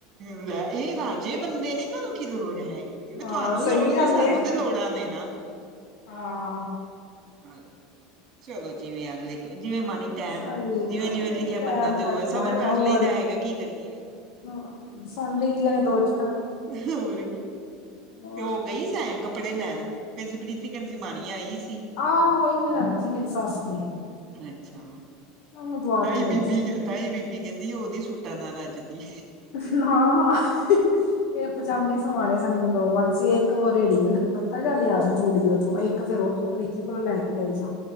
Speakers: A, on the right (about 40°); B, on the left (about 65°).
A: ਨ ਲੈ ਇਹ ਰਾਜੇ ਬੰਦੇ ਨੇ, ਇਹਨਾਂ ਨੂੰ ਕੀ ਲੋੜ ਹੈਗੀ। ਇਹ ਵੀ
B: ਹਾਂ
A: ਤੁਹਾਨੂੰ
B: ਸਹੀ
A: ਲੋੜ ਨੀ,
B: ਗੱਲ
A: ਸਾਨੂੰ
B: ਏ
A: ਤੇ ਲੋੜਾਂ ਨੇ ਨਾ।
B: ਹਾਂ
A: ਹਾਂਜੀ। ਚਲੋ ਜਿਵੇਂ ਅਗਲੇ ਜਿਵੇਂ ਮਾਣੀ ਟੈਮ,
B: ਸਹੀ
A: ਜਿਵੇਂ-
B: ਗੱਲ
A: ਜਿਵੇਂ ਲਿਖਿਆ
B: ਏ ਟੈਮ
A: ਬੰਨਾ ਦੇ, ਹੋ
B: ਕੱਟਣਾ
A: ਸਬਰ
B: ਹੈ
A: ਕਰ
B: ਹੋਰ
A: ਲਈ ਦਾ ਹੈਗਾ ਕੀ ਕਰੀਏ।
B: ਹੋਰ, ਸੁਣ ਲਈ ਦੀਆਂ, ਨੇ ਦੋ ਚਾਰ।
A: ਹੋਰ ਕੀ,
B: ਹੋਰ
A: ਤੇ ਉਹ ਗਈ ਸੈ। ਕੱਪੜੇ ਲੈਣ। ਕਹਿੰਦੀ, ਪ੍ਰੀਤੀ ਕਹਿੰਦੀ ਮਾਣੀ ਆਈ ਸੀ।
B: ਆਹੋ ਏਨੇ ਲੈਣਾ ਸੀ। ਮੇਰੀ ਸੱਸ ਨੇ।
A: ਅੱਛਾ,
B: ਤੇ ਉਹਨੂੰ ਦਵਾ
A: ਤਾਈ
B: ਕੇ ਲਿਆਈ
A: ਬੀਬੀ,
B: ਸਾਂਗੀ
A: ਤਾਈ ਬੀਬੀ ਕਹਿੰਦੀ ਉਹ ਨੀ, ਸੂਟਾ ਨਾਲ ਰੱਜ ਦੀ।
B: ਨਾ ਹਾ, ਇਹ ਪਜਾਮੇ ਸਵਾਣੇ ਸਾਨੇ, <unintelligible> ਸੀ। ਇੱਕ ਉਹ ਰੇਡੀਮੇਡ, ਕੁੜਤਾ ਜਾ ਲਿਆ ਸੀ। ਜੋੂੜਓ ਚੋਂ, ਇੱਕ ਫੇਰ ਉਥੋਂ, ਪ੍ਰੀਤੀ ਕੋਲੋਂ, ਲੈ ਕੇ ਆਈ ਸਾ।